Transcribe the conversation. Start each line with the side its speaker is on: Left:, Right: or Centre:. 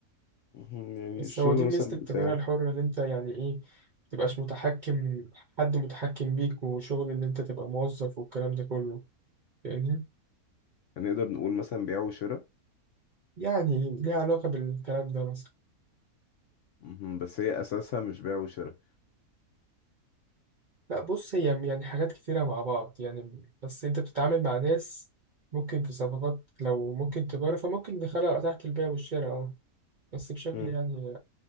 Left: مهم. يعني
Right: بس
Left: الشغل
Right: هو دي ميزة
Left: مثلا
Right: التجارة
Left: بتاعك
Right: الحرة اللي أنت يعني إيه متبقاش متحكم حد متحكم بيك وشغل اللي أنت تبقى موظف والكلام ده كله فاهمني
Left: هنقدر نقول مثلا بيع وشراء
Right: يعني ليها علاقة بالكلام ده مثلا
Left: مهم. بس هي أساسها مش بيع وشراء
Right: لا بص هي يعني حاجات كتيرة مع بعض يعني بس انت بتتعامل مع ناس ممكن في صفقات لو ممكن تجارة فممكن دخلها تحت البيع والشراء اه بس بشكل
Left: مم.
Right: يعني